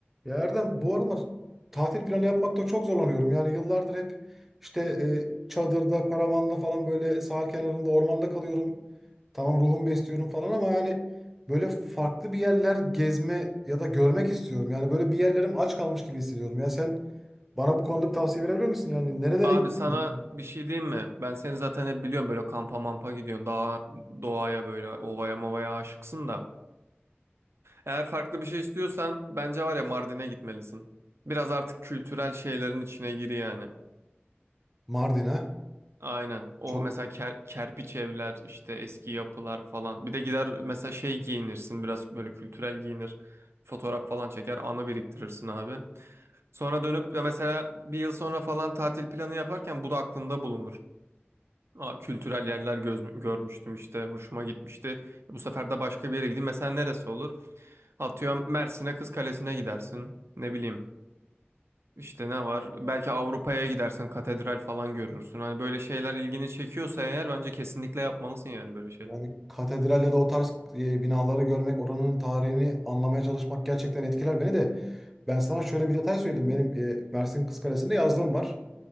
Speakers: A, in the centre; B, on the right.
A: Ya Erdem bu aralar tatil planı yapmakta çok zorlanıyorum. Yani yıllardır hep işte e, çadırda, karavanla falan böyle sahil kenarında, ormanda kalıyorum. Tamam ruhumu besliyorum falan ama yani böyle farklı bir yerler gezme ya da görmek istiyorum. Yani böyle bir yerlerim aç kalmış gibi hissediyorum. Ya sen bana bu konuda bir tavsiye verebilir misin? Yani nerelere
B: Abi
A: gitmek
B: sana
A: istiyorsun?
B: bir şey diyeyim mi? Ben seni zaten hep biliyorum böyle kampa mampa gidiyorsun. Daha doğaya böyle ovaya movaya aşıksın da. Eğer farklı bir şey istiyorsan bence var ya Mardin'e gitmelisin. Biraz artık kültürel şeylerin içine gir yani.
A: Mardin'e.
B: Aynen. O
A: Çok
B: mesela ker- kerpiç evler işte eski yapılar falan. Bir de gider mesela şey giyinirsin biraz böyle kültürel giyinir. Fotoğraf falan çeker anı biriktirirsin abi. Sonra dönüp ya mesela bir yıl sonra falan tatil planı yaparken bu da aklında bulunur. Aa, kültürel yerler göz, görmüştüm işte. Hoşuma gitmişti. Bu sefer de başka bir yere gideyim. Mesela neresi olur? Atıyorum Mersin'e Kız Kalesi'ne gidersin. Ne bileyim. İşte ne var? Belki Avrupa'ya gidersin. Katedral falan görürsün. Hani böyle şeyler ilgini çekiyorsa eğer bence kesinlikle yapmalısın yani böyle şeyler.
A: Yani katedralde de o tarz e, binaları görmek, oranın tarihini anlamaya çalışmak gerçekten etkiler beni de. Ben sana şöyle bir detay söyleyeyim. Benim e, Mersin Kız Kalesi'nde yazlığım var.